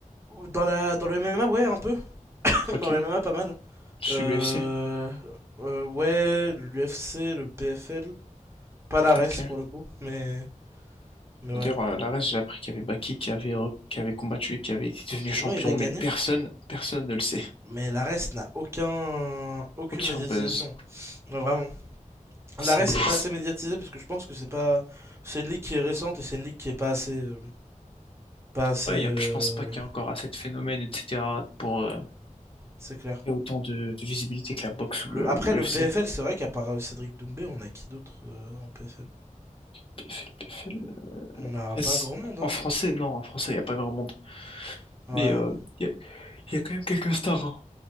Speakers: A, on the right; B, on the left.
A: Dans la dans le MMA, ouais, un peu. <coughs> <laughs>
B: Ok,
A: Dans le MMA, pas mal.
B: je suis
A: Euh,
B: l'UFC.
A: euh, ouais, l'UFC, le PFL, pas la reste
B: Ok.
A: pour le coup, mais mais
B: D'ailleurs,
A: ouais.
B: euh, là, reste, j'ai appris qu'il y avait Baki qui avait, re- qui avait combattu et qui avait été devenu champion,
A: Ouais, il a gagné.
B: mais personne, personne ne le sait.
A: Mais la reste n'a aucun
B: <laughs>
A: aucune
B: Aucun
A: médiatisation.
B: buzz.
A: Ouais, vraiment.
B: C'est,
A: La reste
B: c'est-
A: c'est pas assez médiatisé parce que je pense que c'est pas c'est une ligue qui est récente et c'est une ligue qui est pas assez euh, pas assez
B: ouais, y a,
A: euh,
B: je pense pas qu'il y a encore assez de phénomènes, etc. pour euh,
A: c'est clair.
B: qu'il y ait autant de, de visibilité que la boxe ou
A: Le
B: le,
A: après
B: ou l'UFC.
A: le PFL, c'est vrai qu'à part euh, Cédric Doumbé, on a qui d'autre euh, en PFL?
B: PFL,
A: On n'a
B: Après,
A: pas
B: c-
A: grand monde
B: en
A: hein.
B: français, non, en français, il n'y a pas grand monde.
A: Ouais.
B: Mais euh, il y a, y a quand même quelques stars. hein.